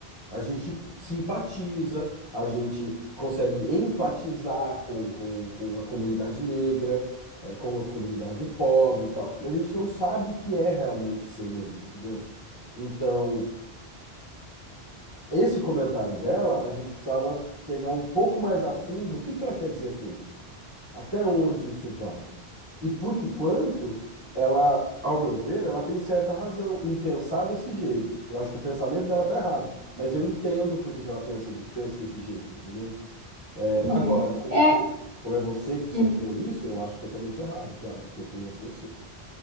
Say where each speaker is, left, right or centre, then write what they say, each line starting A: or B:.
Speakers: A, on the left; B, on the right.
A: A gente simpatiza, a gente consegue empatizar com, com, com a comunidade negra, eh, com a comunidade pobre e tal, mas a gente não sabe o que é realmente ser negro, entendeu? Então, esse comentário dela, a gente precisava pegar um pouco mais a fundo o que que ela quer dizer com isso. Até onde isso vai? E por enquanto, ela, ao meu ver, ela tem certa razão em pensar desse jeito. Eu acho que o pensamento dela tá errado, mas eu entendo por que que ela pensa, de- pensa desse jeito, entendeu? É, agora,
B: uhum,
A: como
B: É,
A: foi, como é você que sofreu
B: uhum.
A: isso, eu acho totalmente errado, claro, porque eu conheço você.